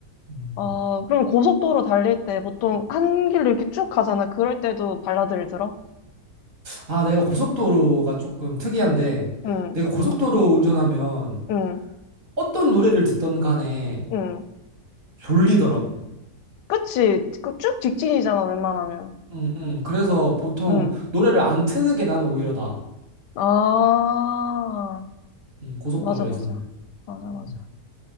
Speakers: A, on the right; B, on the left.
A: 음.
B: 아, 그럼 고속도로 달릴 때 보통 한 길로 이렇게 쭉 가잖아. 그럴 때도 발라드를 들어?
A: 아, 내가 고속도로가 조금 특이한데
B: 응,
A: 내가 고속도로 운전하면
B: 응,
A: 어떤 노래를 듣던 간에
B: 응.
A: 졸리더라고.
B: 그치? 그 쭉 직진이잖아, 웬만하면.
A: 음, 음. 그래서 보통
B: 응.
A: 노래를 안 트는 게 나는 오히려 나아.
B: 아,
A: 응, 고속도로에서는.
B: 맞아, 맞아. 맞아, 맞아.
A: 음,